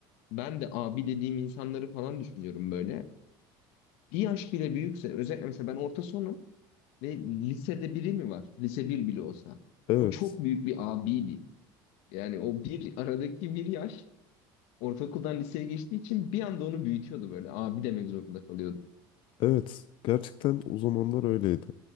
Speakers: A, on the left; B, on the left.
A: ben de abi dediğim insanları falan düşünüyorum böyle. Bir yaş bile büyükse özellikle mesela ben orta sonum. Ve lisede biri mi var? Lise bir bile olsa.
B: Evet.
A: O çok büyük bir abiydi. Yani o bir aradaki bir yaş ortaokuldan liseye geçtiği için bir anda onu büyütüyordu böyle. Abi demek zorunda kalıyordu.
B: Evet. Gerçekten o zamanlar öyleydi.